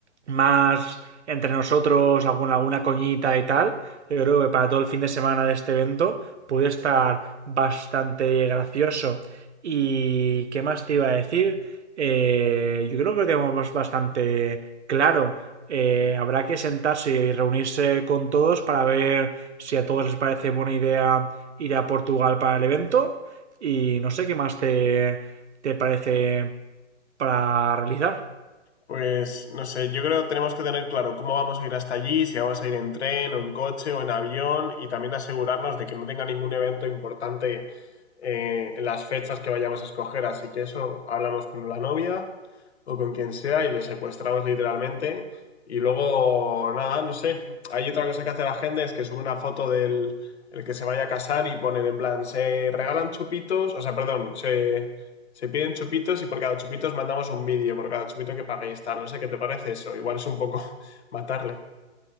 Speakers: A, on the right; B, on the left.
A: más entre nosotros, alguna, alguna coñita y tal, yo creo que para todo el fin de semana de este evento puede estar bastante gracioso. ¿Y qué más te iba a decir? eh, yo creo que lo tenemos bastante claro. Eh, habrá que sentarse y reunirse con todos para ver si a todos les parece buena idea ir a Portugal para el evento y no sé qué más te, te parece para realizar.
B: Pues no sé, yo creo que tenemos que tener claro cómo vamos a ir hasta allí, si vamos a ir en tren o en coche o en avión y también asegurarnos de que no tenga ningún evento importante eh, en las fechas que vayamos a escoger. Así que eso hablamos con la novia o con quien sea y le secuestramos literalmente. Y luego, nada, no sé, hay otra cosa que hace la gente es que sube una foto del el que se vaya a casar y pone en plan, se regalan chupitos, o sea, perdón, se se piden chupitos y por cada chupito os mandamos un vídeo, por cada chupito que paguéis, tal. No sé qué te parece eso. Igual es un poco <laughs> matarle.